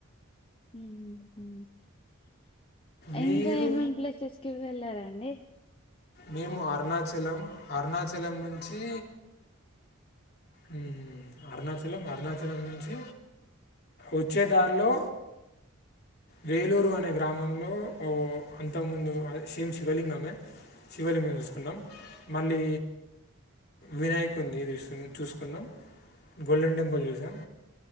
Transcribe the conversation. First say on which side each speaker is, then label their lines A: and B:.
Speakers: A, on the left (about 25°); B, on the left (about 45°).
A: మ్హు
B: మీరు
A: ఇంకా ఏమేం ప్లేసెస్కి వెళ్లారండి? అండి
B: మేము అరుణాచలం అరుణాచలం నుంచీ ఉహు అరుణాచలం అరుణాచలం నుంచి వచ్చే దారిలో వేలూరు అనే గ్రామంలో ఓ అంత ముందు అదె సేమ్ శివలింగమే శివలింగం చూసుకున్నాం. మళ్ళీ, వినాయకున్నీ చూసు చూసుకున్నాం. గోల్డెన్ టెంపుల్ చూసాం.